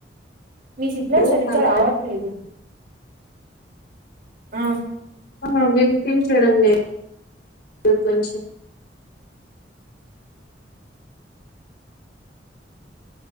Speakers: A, on the right (about 55°); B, on the left (about 65°).
A: మీ సిగ్నల్
B: హలో
A: సరిగ్గా
B: ఆమె
A: రావట్లేదు ఆ
B: ఆ వినిపించడం లేదు కొంచం